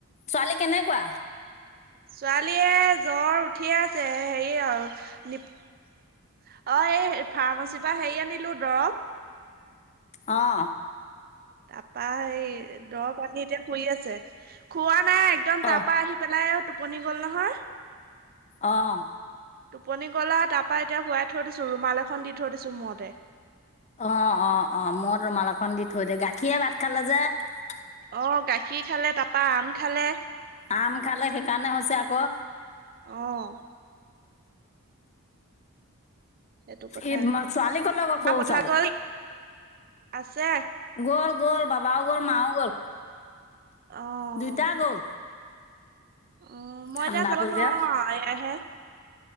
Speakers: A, on the left (about 30°); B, on the right (about 40°).
A: ছোৱালী কেনেকুৱা
B: ছোৱালীয়ে জ্বৰ উঠি আছে হেৰি আৰু নি অ এই ফাৰ্মাচীৰ পৰা হেৰি আনিলো দৰৱ
A: আহ
B: তাৰাপা এই দৱ আনী এতিয়া শুই আছে <unintelligible> খোৱা নাই একদম তাৰ
A: অ
B: পৰাা আহি পেলাই টোপনি গ'ল নহয়
A: আহ
B: টোপনি গলা তাৰ পৰাা এতিয়া শুৱাই থৈ দিছো ৰুমাল এখন দি থৈ দিছো মূতে
A: অ অ অ মই ৰুমাল এখন দি থৈ দে গাখীয়ে ভাত খালে যে <unintelligible>
B: অ গাখীৰ খালে তাৰাপা আম খালে
A: আম খালে সেইকাৰণে হৈছে আকৌ
B: আহ সেইটো কথা
A: ই ছোৱালী ক'লে গ'ল সৰু
B: মা কথা
A: ছোৱালী
B: ক আছে
A: গ'ল গ'ল বাবাও গ'ল মাও গ'ল
B: আহ
A: দুইটা গ'ল
B: অ মই
A: ঠাণ্ডা
B: এতিয়া যাব
A: পৰিলে
B: নোৱাৰো এয়াহে